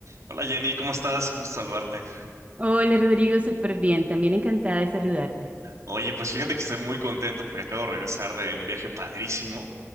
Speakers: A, on the right; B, on the right.
A: Hola Jenny, ¿cómo estás? Gusto saludarte.
B: Hola Rodrigo, súper bien. También encantada de saludarte.
A: Oye, pues fíjate que estoy muy contento porque acabo de regresar de un viaje padrísimo.